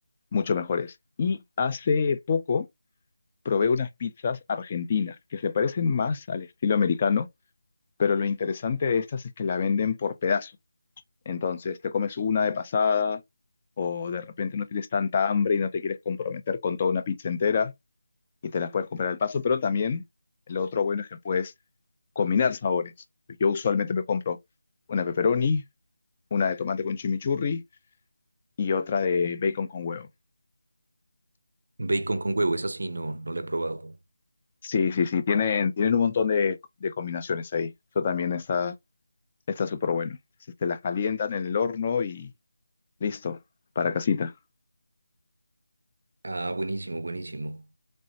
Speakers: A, on the left (about 30°); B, on the right (about 55°).
A: mucho mejores. Y hace poco probé unas pizzas argentinas, que se parecen más al estilo americano, pero lo interesante de estas es que la venden por pedazos. Entonces te comes una de pasada o de repente no tienes tanta hambre y no te quieres comprometer con toda una pizza entera y te las puedes comprar al paso, pero también lo otro bueno es que puedes combinar sabores. Yo usualmente me compro una pepperoni, una de tomate con chimichurri y otra de bacon con huevo.
B: Bacon con huevo, esa sí no, no la he probado.
A: Sí, sí, sí, tienen, tienen un montón de, de combinaciones ahí. Eso también está está súper bueno. Entonces te las calientan en el horno y listo, para casita.
B: Ah, buenísimo, buenísimo.